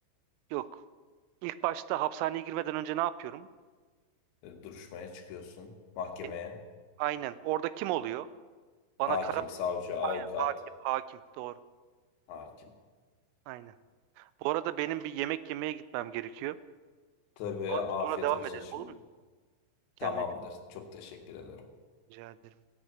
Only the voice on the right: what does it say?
yok. İlk başta hapishaneye girmeden önce ne yapıyorum?
E, Aynen. Orada kim oluyor? Bana
kara...
Aynen. Hakim. Hakim. Doğru.
Aynen. Bu arada benim bir yemek yemeye gitmem gerekiyor.
Sonra,
sonra devam
edelim
olur mu? Kendine
çok
rica ederim.